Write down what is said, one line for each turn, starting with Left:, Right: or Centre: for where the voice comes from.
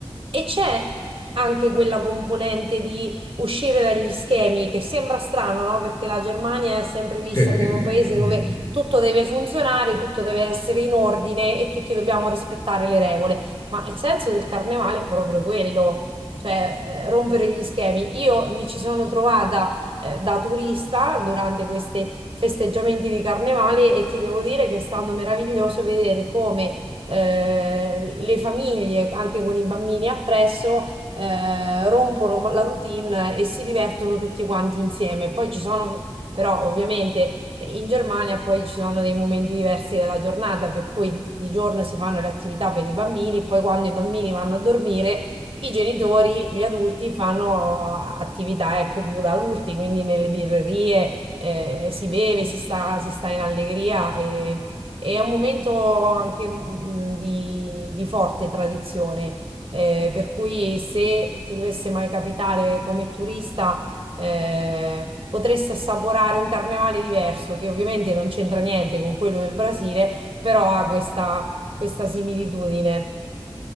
Right: E c'è anche quella componente di uscire dagli schemi che sembra strano, no? Perché la Germania è sempre vista
Left: che-
Right: come
Left: che-
Right: un paese
Left: vedi.
Right: dove tutto deve funzionare, tutto deve essere in ordine e tutti dobbiamo rispettare le regole. Ma il senso del carnevale è proprio quello, cioè eh, rompere gli schemi. Io mi ci sono trovata eh, da turista durante questi festeggiamenti di carnevale e ti devo dire che è stato meraviglioso vedere come eh, le famiglie, anche con i bambini appresso, eh, rompono la routine e si divertono tutti quanti insieme. Poi ci sono però ovviamente in Germania poi ci sono dei momenti diversi della giornata, per cui di, di giorno si fanno le attività per i bambini, poi quando i bambini vanno a dormire, i genitori, gli adulti fanno attività, ecco, più da adulti, quindi nelle birrerie, eh, si beve, si sta, si sta in allegria e, e è un momento anche mm, di, di forte tradizione. eh, per cui se ti dovesse mai capitare come turista eh, potresti assaporare un carnevale diverso, che ovviamente non c'entra niente con quello del Brasile, però ha questa, questa similitudine.